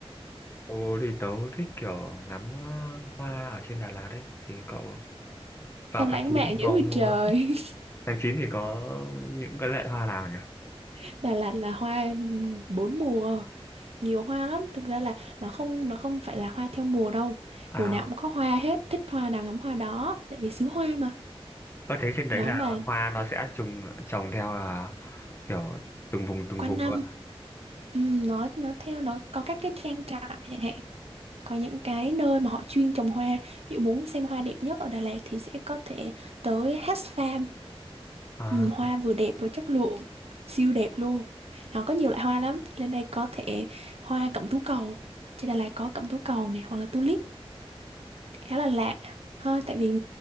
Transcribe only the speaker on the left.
ồ thì tớ thích kiểu ngắm ờ, hoa ở trên Đà Lạt đấy thì cậu vào
tháng 9
thì
có
mua
<laughs> tháng chín thì có những cái loại hoa nào nhỉ
à
có thấy trên đấy
là
hoa nó sẽ trùng trồng theo là kiểu từng vùng từng
vùng
luôn
à